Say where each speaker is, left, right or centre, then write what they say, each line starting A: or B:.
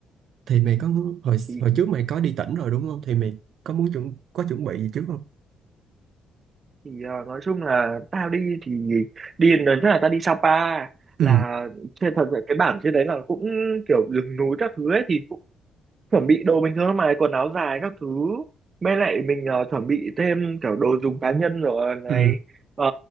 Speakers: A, on the right; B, on the right.
A: thì mày có hồi
B: thì
A: hồi trước mày có đi tỉnh rồi đúng không thì mày có muốn chuẩn có chuẩn bị gì trước không
B: thì ờ, nói chung là tao đi thì đi lần trước là tao đi Sapa
A: ừ
B: là trên thật sự cái bản trên đấy là cũng kiểu rừng núi các thứ ấy thì cũng chuẩn bị đồ bình thường mà quần áo dài các thứ mới lại mình ờ, chuẩn bị thêm kiểu đồ dùng cá nhân rồi này
A: ừ
B: Ờ,